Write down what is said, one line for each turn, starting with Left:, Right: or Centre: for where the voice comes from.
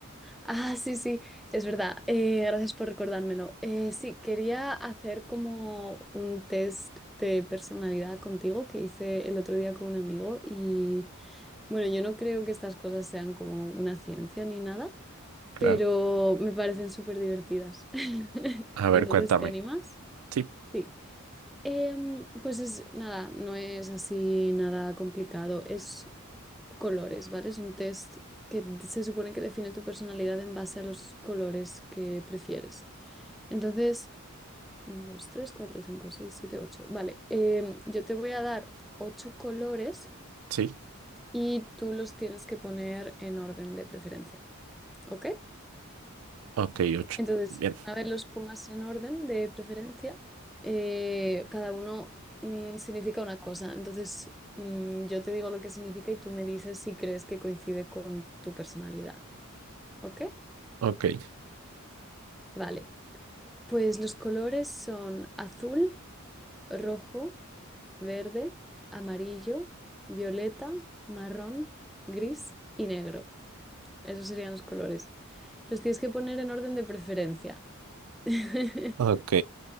Centre: Ah, sí, sí, es verdad. Eh, gracias por recordármelo. Eh, sí, quería hacer como un test de personalidad contigo que hice el otro día con un amigo y bueno, yo no creo que estas cosas sean como una ciencia ni nada,
Right: Claro.
Centre: pero me parecen súper divertidas. <laughs>
Right: A
Centre: Entonces,
Right: ver, cuéntame.
Centre: ¿te animas?
Right: Sí,
Centre: Sí. Em, pues es nada, no es así nada complicado, es colores, ¿vale? Es un test que d- se supone que define tu personalidad en base a los colores que prefieres. Entonces, 1, 2, 3, 4, 5, 6, 7, 8. Vale, em, yo te voy a dar ocho colores
Right: sí.
Centre: y tú los tienes que poner en orden de preferencia, ¿ok?
Right: Ok, ocho.
Centre: Entonces,
Right: Bien.
Centre: una vez los pongas en orden de preferencia, eh, cada uno mm, significa una cosa. Entonces, mm, yo te digo lo que significa y tú me dices si crees que coincide con tu personalidad. ¿Ok?
Right: Ok.
Centre: Vale. Pues los colores son azul, rojo, verde, amarillo, violeta, marrón, gris y negro. Esos serían los colores. Los tienes que poner en orden de preferencia. <laughs>
Right: Ok.